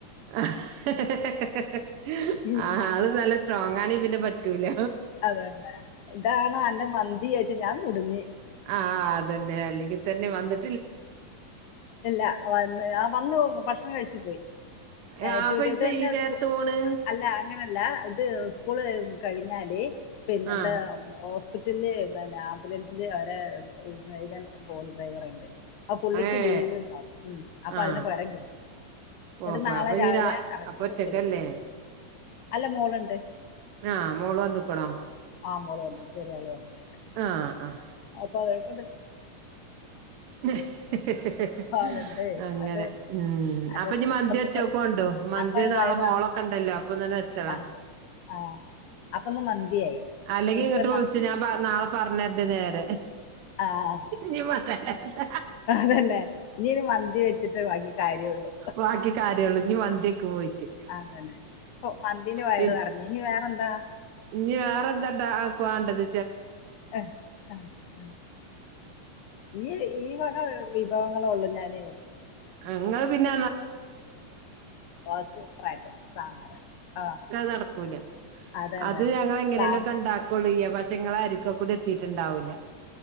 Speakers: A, on the right (about 85°); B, on the left (about 75°).
A: ആഹ് ഹ് ഹി
B: ഉം,
A: അത് നല്ല സ്ട്രോങ്ങണേ പിന്നെ പറ്റൂല
B: അതല്ലേ ഇതാണോ അന്റെ മന്തി ചോയ്ച്ച് ഞാൻ കുടുങ്ങി
A: ആഹ് അതെന്നെ അല്ലങ്കിതന്നെ വന്ന്
B: ഇല്ല വന്ന് ആഹ് വന്നു ഭക്ഷണം കഴിച്ചു പോയി <unintelligible>
A: അപ്പൊ ഇത് ഈ നേരത്ത്
B: സ്കൂ
A: പോണ്
B: അല്ല അങ്ങനല്ല ഇത് സ്കൂൾ കഴിഞ്ഞാല് പിന്നെ
A: ആ
B: ഇവിടെ ഹോ ഹോസ്പിറ്റലന്നെ ആംബുലൻസില് അവരെതൻ പോൾ ഡ്രൈവർ ഇണ്ട് അപ്പൊ പുള്ളിക്ക്
A: ഏ
B: ലീവ് ഉണ്ടാവും അപ്പൊ
A: ആ
B: അതിന് പരം കേയറും
A: പോക്ക്
B: എന്നിട്ട് നാളെ
A: അപ്പൊ ഇനി
B: രാവിലെ
A: രാ
B: എറങ്ങിട്ട്
A: അപ്പൊ ഒറ്റക്കല്ലേ
B: സ്കൂള പോ അല്ല മോള്ണ്ട്
A: ആഹ് മോള് വന്നുക്കുണോ
B: ആ, മോള് വന്നു ചെറിയ ആള് വന്നിട്ടുണ്ട്
A: ആഹ് ആഹ്
B: അപ്പൊ അതൊക്കെണ്ട്
A: ഹി ഹി ഹി
B: ആളുണ്ട്
A: അങ്ങനെ
B: അത്
A: ഉം
B: അത്
A: അപ്പൊ
B: ഒരു
A: ഇനി മന്തി
B: അപ്പ
A: വെച്ച് നോക്കോണ്ടൂ മന്തി
B: അപ്പ
A: നാളെ
B: വയറ്
A: മോളെ
B: നിറ-
A: ണ്ടല്ലോ അപ്പൊന്നെ വെച്ചളാ
B: ആ ആ അപ്പൊന്ന് മന്തിയായി
A: അല്ലെങ്കിൽ
B: ഇനിയിപ്പ
A: ഇങ്ങോട്ട് വിളിച്ചു ഞാൻ പർഞ്ഞ് നാളെ പറഞ്ഞിണ്ട് നേരെ
B: ആഹ്
A: ഇനി പറയണ്ട
B: അതന്നെ നീൻ മന്തി വെച്ചിട്ട് ബാക്കി കാര്യൊള്ളൂ
A: ബാക്കി കാര്യമുള്ളൂ ഇനി മന്തിയൊക്കെ പോയിട്ട്
B: അതന്നെ മന്തിനെ വയറ്
A: പിൻ
B: നീനി വേറെന്താ
A: ഇനി വേറെന്താണ്ടാ ആൻക്ക് വാണ്ടത്
B: ആഹ് ആഹ് ഈ ഈവക വിഭവങ്ങള ഉള്ളൂ ഞാനൻ
A: <unintelligible> ക്ക
B: ആ, സൂപ്പറായിട്ട് സാമ്പാറ് ആഹ്
A: നടക്കൂല
B: അതന്നെ
A: അത് ഞങ്ങള് എങ്ങനെലുംക്കെ
B: സാം
A: ഉണ്ടാക്കൊള്ളൂ വശങ്ങള അരിക്ക കൂടി എത്തിട്ടുണ്ടാവൂല